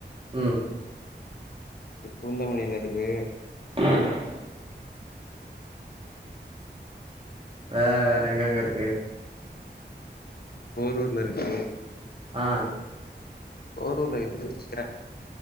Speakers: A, on the right; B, on the left.
A: ம்
B: இப் பூந்தமல்லில இருக்கு
A: பிளாக் வேற எங்கெங்க இருக்கு
B: போர்ரூர்ல இருக்கு
A: ஆ
B: போரூர்ல்ல இருக்கு க்கிறே